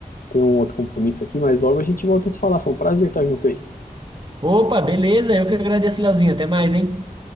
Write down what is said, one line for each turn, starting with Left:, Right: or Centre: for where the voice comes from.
Left: Tem um outro compromisso aqui, mas logo a gente volta a se falar. Foi um prazer estar junto aí.
Right: Opa, beleza, eu que agradeço, Leozinho. Até mais, hein?